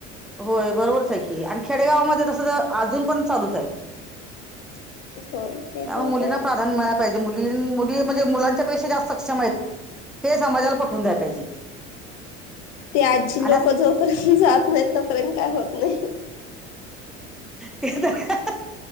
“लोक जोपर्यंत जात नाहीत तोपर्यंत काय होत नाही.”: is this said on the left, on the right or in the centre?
Left